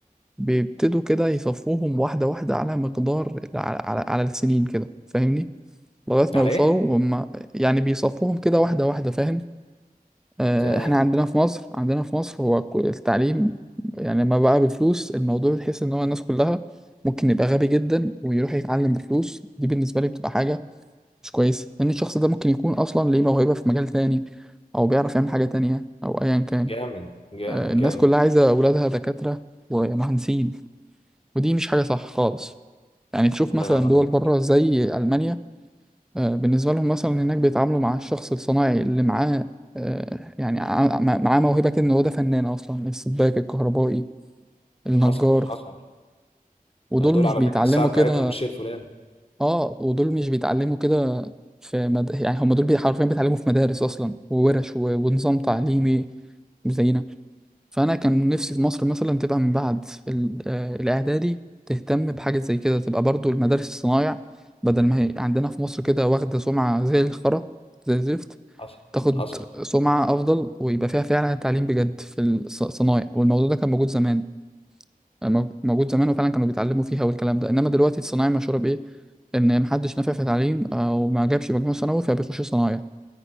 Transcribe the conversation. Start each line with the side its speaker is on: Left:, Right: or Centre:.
Centre: بيبتدوا كده يصفوهم واحدة واحدة على مقدار على, على, على السنين كده فاهمني لغاية ما
Left: على
Centre: يوصلوا
Left: ايه
Centre: هما يعني بيصفوهم كده واحدة واحدة فاهم آه،
Left: تمام
Centre: احنا عندنا في مصر عندنا في مصر هو ك- التعليم يعني لما بقى بفلوس الموضوع تحس ان هو الناس كلها ممكن يبقى غبي جدا ويروح يتعلم بفلوس دي بالنسبة لي بتبقى حاجة مش كويسة لان الشخص ده ممكن يكون اصلا ليه موهبة في مجال تاني او بيعرف يعمل حاجة تانية او ايا كان
Left: جامد جامد
Centre: آه، الناس
Left: جامد
Centre: كلها عايزة اولادها دكاترة ومهندسين ودي مش حاجة صح خالص يعني تشوف
Left: الله
Centre: مثلا
Left: ينور عليك
Centre: دول بره زي ألمانيا آه، بالنسبة لهم مثلا هناك بيتعاملوا مع الشخص الصناعي اللي معاه آه، يعني ع- مع- معاه موهبة كده إن هو ده فنان أصلا السباك الكهربائي النجار
Left: حصل حصل
Centre: ودول
Left: دول
Centre: مش
Left: على
Centre: بيتعلموا
Left: فكرة الساعة بتاعتهم
Centre: كده
Left: مش هي الفلاني
Centre: آه ودول مش بيتعلموا كده في مد... يعني هم دول بي- حرفيا بيتعلموا في مدارس أصلا وورش و... ونظام تعليمي زينا فأنا كان نفسي في مصر مثلا تبقى من بعد ال... آه، الإعدادي تهتم بحاجة زي كده تبقى برضو المدارس الصنايع بدل ما هي عندنا في مصر كده واخدة سمعة زي الخرا زي الزفت
Left: حصل
Centre: تاخد
Left: حصل
Centre: سمعة أفضل ويبقى فيها فعلا تعليم بجد في الص- الصنايع والموضوع ده كان موجود زمان مو- موجود زمان وفعلا كانوا بيتعلموا فيها والكلام ده إنما دلوقتي الصنايع مشهورة بإيه؟ إن محدش نافع في تعليم أو ما جابش مجموع ثانوي فبيخش صنايع